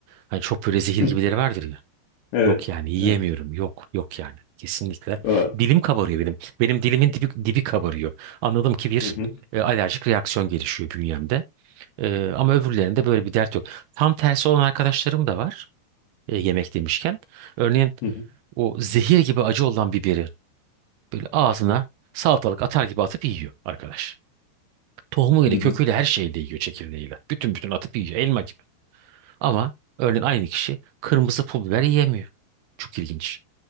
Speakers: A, on the right (about 80°); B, on the left (about 80°).
A: hani çok böyle zehir
B: Hı.
A: gibileri vardır ya.
B: Evet.
A: Yok yani yiyemiyorum.
B: Evet.
A: Yok yok yani. Kesinlikle.
B: Aa,
A: Dilim kabarıyor benim. Benim dilimin dibi, dibi kabarıyor. Anladım ki bir
B: Hı hı.
A: e, alerjik reaksiyon gelişiyor bünyemde. E, ama öbürlerinde böyle bir dert yok. Tam tersi olan arkadaşlarım da var. e, yemek demişken. Örneğin
B: Hı hı.
A: o zehir gibi acı olan biberi böyle ağzına salatalık atar gibi atıp yiyor arkadaş. Tohumuyla,
B: Hı hı.
A: köküyle, her şeyle yiyor çekirdeğiyle. Bütün bütün atıp yiyor elma gibi. Ama örneğin aynı kişi kırmızı pul biber yiyemiyor. Çok ilginç.